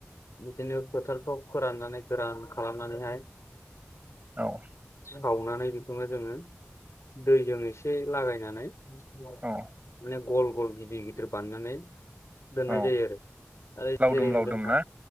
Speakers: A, on the left (about 90°); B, on the right (about 30°).
A: बिदिनो फोथारफ्राव फोराननानै गोरान खालामनानैहाय
B: औ
A: सावनानै बेखौनो जोङो दैजों एसे लागायनानै माने
B: औ
A: गल गल गिदिर गिदिर गिदिर बानायनानै दोननाय
B: औ
A: जायो आरो। आरो
B: लावदुम
A: जेरै होनदों
B: लावदुम ना